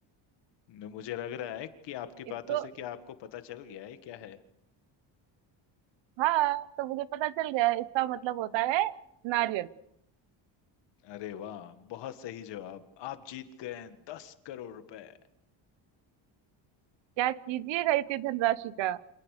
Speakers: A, on the left (about 65°); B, on the right (about 70°).
A: न- मुझे लग रहा है कि आपकी
B: इसको
A: बातों से कि आपको पता चल गया है क्या है
B: हाँ तो मुझे पता चल गया है इसका मतलब होता है नारियल
A: अरे वाह बहुत सही जवाब आप जीत गए हैं दस करोड़ रुपए
B: क्या कीजिएगा इतनी धनराशि का